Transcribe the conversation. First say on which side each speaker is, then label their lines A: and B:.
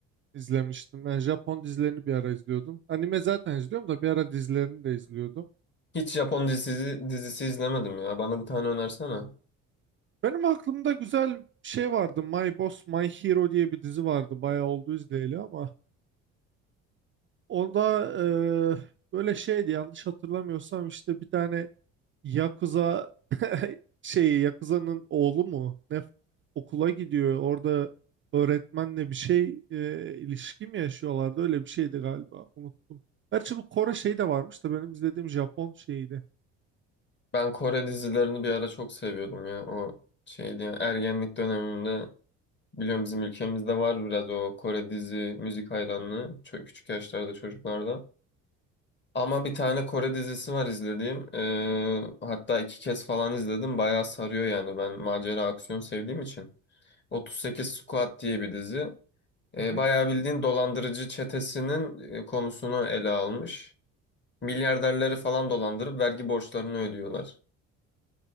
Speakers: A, on the right; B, on the left.
A: izlemiştim. Ben Japon dizilerini bir ara izliyordum. Anime zaten izliyorum da bir ara dizilerini de izliyordum.
B: Hiç Japon dizisi, dizisi izlemedim ya. Bana bir tane önersene.
A: Benim aklımda güzel bir şey vardı. My Boss My Hero diye bir dizi vardı. Bayağı oldu izleyeli ama. Onda eee, böyle şeydi yanlış hatırlamıyorsam işte bir tane Yakuza <laughs> şey Yakuza'nın oğlu mu? Ne okula gidiyor. Orada öğretmenle bir şey e, ilişki mi yaşıyorlardı? Öyle bir şeydi galiba. Unuttum. Gerçi bu Kore şeyi de varmış da benim izlediğim Japon şeyiydi.
B: Ben Kore dizilerini bir ara çok seviyordum ya. O şeydi ya, ergenlik dönemimde Biliyorum bizim ülkemizde var biraz o Kore dizi müzik hayranlığı çok küçük yaşlarda çocuklarda. Ama bir tane Kore dizisi var izlediğim. Ee, hatta iki kez falan izledim. Bayağı sarıyor yani. Ben macera aksiyon sevdiğim için. 38 Squad diye bir dizi.
A: Hı
B: Ee,
A: hı.
B: bayağı bildiğin dolandırıcı çetesinin e, konusunu ele almış. Milyarderleri falan dolandırıp vergi borçlarını ödüyorlar.